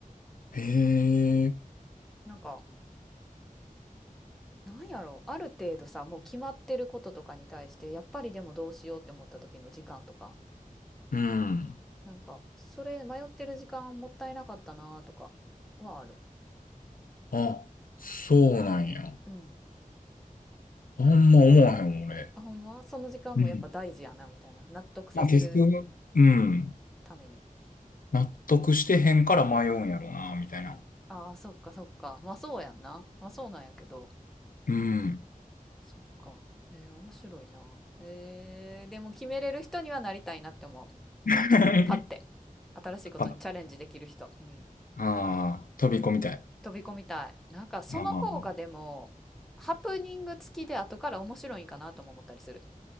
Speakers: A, on the left; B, in the centre.
A: へえ。
B: なんか、なんやろう、ある程度さ、もう決まってることとかに対して、やっぱりでもどうしようって思った時の時間とか、
A: うん。
B: なんか、それ迷ってる時間もったいなかったなとかはある。
A: あ、そうなんや。
B: うん。
A: あんま思わへん、俺。
B: あ、ほんまその時間もやっぱ大事やなみたいな。
A: うん。
B: 納得させる
A: まあ結局、うん。
B: ために。
A: 納得してへんから迷うんやろうな、みたいな。
B: ああー、そっかそっか。まあそうやんな。まあそうなんやけど。
A: うん。
B: そっか。へえ、面白いな。へえ、でも決めれる人にはなりたいなって思う。
A: <laughs> や
B: なんか、パッて、新しいことにチャレンジできる人。
A: っぱ
B: うん。
A: ああ飛び込みたい。
B: 飛び込みたい。なんか、その方がでも、
A: あ
B: ハプニング付きで後から面白いんかなとも思ったりする。